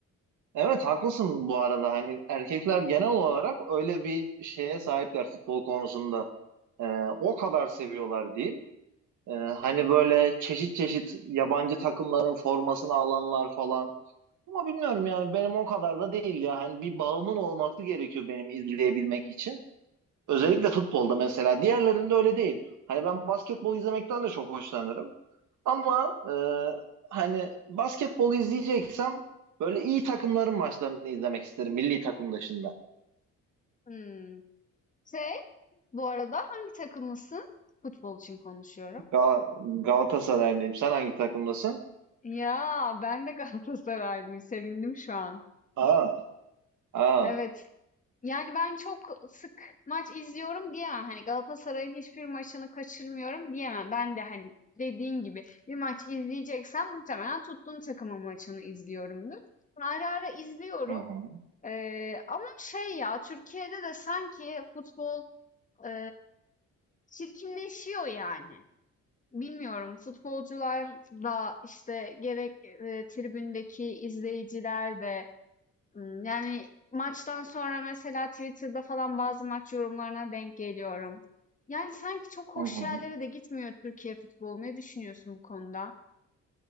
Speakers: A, on the right (about 75°); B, on the left (about 25°).
A: Evet haklısın bu arada hani erkekler genel olarak öyle bir şeye sahipler futbol konusunda. Ee, o kadar seviyorlar diyeyim. Ee, hani böyle çeşit çeşit yabancı takımların formasını alanlar falan. Ama bilmiyorum yani benim o kadar da değil ya. Hani bir bağımın olması gerekiyor benim izleyebilmek için. Özellikle futbolda mesela. Diğerlerinde öyle değil. Hani ben basketbol izlemekten de çok hoşlanırım. Ama e, hani basketbol izleyeceksem böyle iyi takımların maçlarını izlemek isterim milli takım dışında.
B: Hmm. Şey, Bu arada hangi takımlısın? Futbol için konuşuyorum.
A: Gal Galatasaraylıyım. Sen hangi takımdasın?
B: Ya ben de Galatasaraylıyım. Sevindim şu an.
A: Aa, Aa.
B: Evet. Yani ben çok sık maç izliyorum diyemem. Hani Galatasaray'ın hiçbir maçını kaçırmıyorum diyemem. Ben de hani dediğin gibi bir maç izleyeceksem muhtemelen tuttuğum takımın maçını izliyorumdur. Ara ara izliyorum.
A: Hı hı.
B: Ee, ama şey ya Türkiye'de de sanki futbol e, çirkinleşiyor yani. Bilmiyorum, futbolcular da, işte, gerek, eee, tribündeki izleyiciler de, ımm, yani, maçtan sonra mesela Twitter'da falan bazı maç yorumlarına denk geliyorum. Yani, sanki çok hoş
A: Hı hı.
B: yerlere de gitmiyor Türkiye futbolu. Ne düşünüyorsun bu konuda?